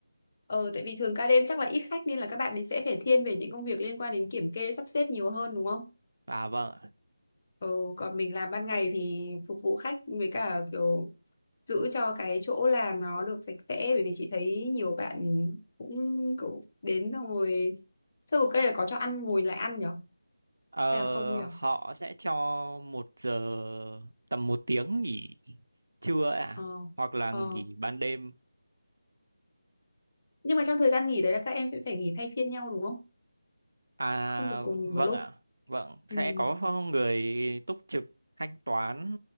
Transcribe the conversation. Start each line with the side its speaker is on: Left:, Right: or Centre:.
Left: Ờ tại vì thường ca đêm chắc là ít khách nên là các bạn ấy sẽ phải thiên về những công việc liên quan đến kiểm kê sắp xếp nhiều hơn đúng không?
Right: à vâng
Left: Ừ, còn mình làm ban ngày thì phục vụ khách với cả kiểu giữ cho cái chỗ làm nó được sạch sẽ bởi vì chị thấy nhiều bạn cũng cũng đến xong rồi sơ cục cây là có cho ăn ngồi lại ăn nhở
Right: Ờ,
Left: hay là không nhở
Right: họ sẽ cho một giờ tầm một tiếng nghỉ trưa ạ à?
Left: ờ
Right: hoặc là Ờ.
Left: ờ
Right: nghỉ ban đêm
Left: nhưng mà trong thời gian nghỉ đấy là các em sẽ phải nghỉ thay phiên nhau đúng không
Right: à
Left: không được cùng nghỉ một
Right: vâng
Left: lúc
Right: ạ vâng
Left: ừ
Right: sẽ có người túc trực thanh toán